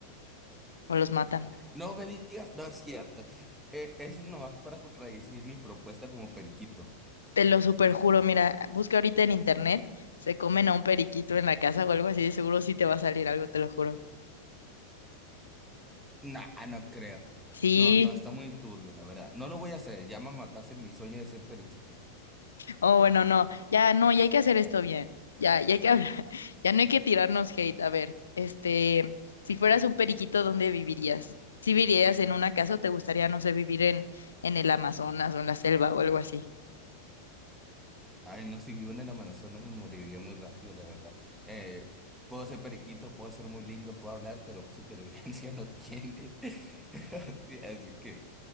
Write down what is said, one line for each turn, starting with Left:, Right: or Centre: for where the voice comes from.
Left: o los matan.
Centre: No me digas, no es cierto. Eh, eso nomás para contradecir mi propuesta como periquito.
Left: Te lo superjuro, mira, busca ahorita en internet, se comen a un periquito en la casa o algo así, de seguro sí te va a salir algo, te lo juro.
Centre: Nah, ah, no creo.
Left: Sí,
Centre: No, no, está muy turbio, la verdad. No lo voy a hacer, ya me mataste mi sueño de ser periquito.
Left: oh, bueno, no, ya no, ya hay que hacer esto bien, ya, ya hay que hablar, <laughs> ya no hay que tirarnos hate. A ver, este, si fueras un periquito, ¿dónde vivirías? ¿Si vivirías en una casa o te gustaría, no sé, vivir en, en el Amazonas o en la selva o algo así?
Centre: Ay, no, si vivo en el Amazonas me moriría muy rápido, la verdad. Eh, puedo ser periquito, puedo ser muy lindo, puedo hablar, pero supervivencia no tienen. <laughs> Así, así que,